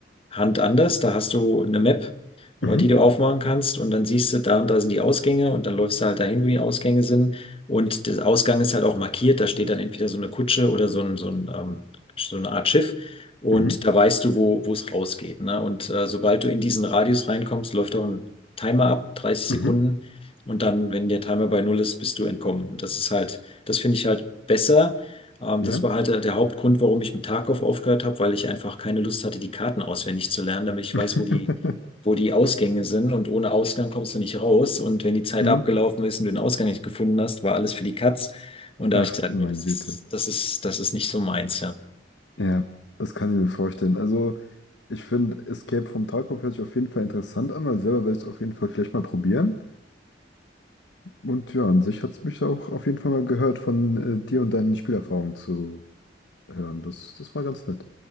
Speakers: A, on the left; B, on the left.
A: Hand anders. Da hast du eine Map, äh,
B: Mhm.
A: die du aufmachen kannst und dann siehst du, da und da sind die Ausgänge und dann läufst du halt dahin, wo die Ausgänge sind. Und der Ausgang ist halt auch markiert. Da steht dann entweder so eine Kutsche oder so ein, so ein, ähm, so eine Art Schiff. Und
B: Mhm.
A: da weißt du, wo, wo es rausgeht. Ne? Und äh, sobald du in diesen Radius reinkommst, läuft auch ein Timer ab, 30 Sekunden.
B: Mhm.
A: Und dann, wenn der Timer bei null ist, bist du entkommen. Und das ist halt, das finde ich halt besser ähm,
B: Ja.
A: das war halt äh, der Hauptgrund, warum ich mit Tarkov aufgehört habe, weil ich einfach keine Lust hatte, die Karten auswendig zu lernen, damit ich
B: <laughs>
A: weiß, wo die, wo die Ausgänge sind. Und ohne Ausgang kommst du nicht raus. Und wenn die Zeit
B: Mhm.
A: abgelaufen ist und du den Ausgang nicht gefunden hast, war alles für die Katz. Und da
B: Ach,
A: habe ich gesagt,
B: du meine
A: nee, das
B: Güte.
A: ist, das ist, das ist nicht so meins, ja.
B: Ja, das kann ich mir vorstellen. Also, ich finde, Escape from Tarkov hört sich auf jeden Fall interessant an, weil selber werde ich es auf jeden Fall vielleicht mal probieren. Und ja, an sich hat es mich auch auf jeden Fall mal gehört, von äh, dir und deinen Spielerfahrungen zu hören. Das, das war ganz nett.